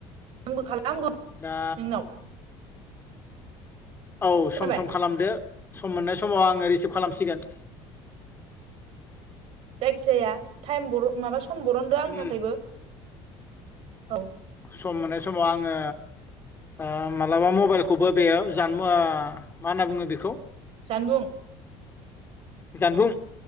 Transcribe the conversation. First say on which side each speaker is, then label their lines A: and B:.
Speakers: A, on the right; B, on the left.
A: आंबो खाला आंबो
B: दा
A: नोंनाव।
B: औ सम
A: खोनाबाय
B: सम खालामदो सम मोननाय समाव आङो रिसिभ खालामसिगोन।
A: जायखि जाया थाइम बर' माबा सु सम बरनदो आंनि
B: उम
A: थाखायबो औ
B: सम मोननाय समाव आङो ओ मालाबा मबाइलखौबो बेयाव जानमो ओ मा होनना बुङो बेखौ
A: जानबुं
B: जानबुं